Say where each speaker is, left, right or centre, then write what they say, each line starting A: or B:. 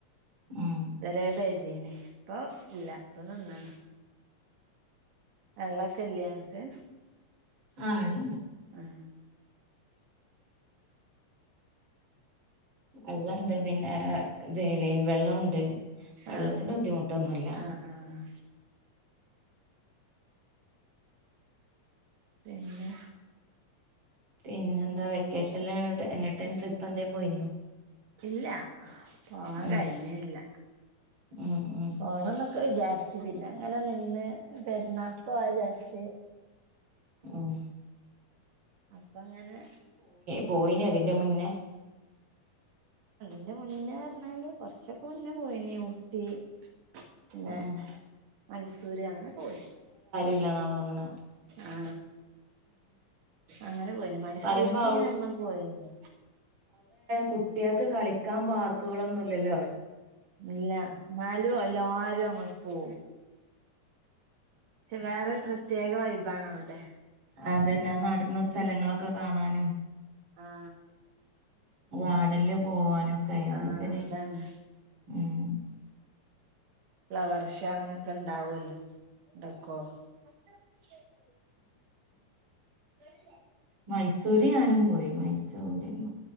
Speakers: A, on the right (about 40°); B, on the right (about 85°).
A: ഉം
B: ഇതെരേ പെതീന്ന് ഇപ്പൊ ഇല്ല ഇപ്പൊ നിന്ന്ണ് വെള്ളൊക്കെല്ലേ ങ്ങക്ക്
A: ആഹ് അണ്ട്
B: ഉം
A: വെള്ളണ്ട് പിന്നെ ലൈൻ വെള്ളുണ്ട് വെള്ളത്തിന്
B: ആഹ്
A: ബുദ്ധിമുട്ടൊന്നുല്ല
B: ആഹ് ആഹ് പിന്നെ
A: പിന്നെ എന്താ വെക്കേഷനിൽ എങ്ങട്ടേ ട്രിപ്പ് എന്തേം പോയിനോ
B: ഇല്ല പോവാൻ
A: ഉം
B: കഴിഞ്ഞില്ല
A: ഉം ഉം
B: പോണംന്നൊക്കെ വിചാരിച്ച് പിന്നെ അങ്ങനെ നിന്ന് പെരുന്നാക്ക് ക്കോവ വിചാരിച്ച്
A: ഉം
B: അപ്പൊ അങ്ങനെ
A: പോയിഞ്ഞോ തിന്റെ മുന്നേ
B: അയിന്റെ മുന്നേറഞ്ഞാല് കൊറച്ചൊക്കെ മുന്നേ പോയിനി ഊട്ടി. പിന്നെ
A: ഉം
B: മൈസൂര് അങ്ങനെക്കെ പോയി.
A: ഇല്ലാന്ന തോന്നണ.
B: ആ അങ്ങനെ പോയിന്, മൈസൂർക്ക്‌
A: പറയുമ്പോ
B: പിന്നെ നമ്മള് പോയിന്നേ.
A: കുട്ട്യേൾക്ക്‌ കളിക്കാൻ പാർക്കുകളൊന്നുല്ലല്ലോ.
B: ഇല്ല നാലും എല്ലാരും അങ്ങ പോ. ക്ഷെ വേറെരു പ്രത്യേക വൈബാണവിടെ.
A: അതന്നാ. ആ നടന്ന സ്ഥലങ്ങളൊക്കെ കാണാനും.
B: ആ
A: വാർഡനില് പോവാനൊക്കെ അതൊക്കെര്
B: ആ അതാണ്
A: ഉം
B: ഫ്ലവർഷോ അങ്ങനെയൊക്കെ ഇണ്ടാവല്ലോ. <unintelligible> തച്ച <unintelligible> <inaudible>
A: മൈസൂര് ഞാനും പോയി മൈസൂര്.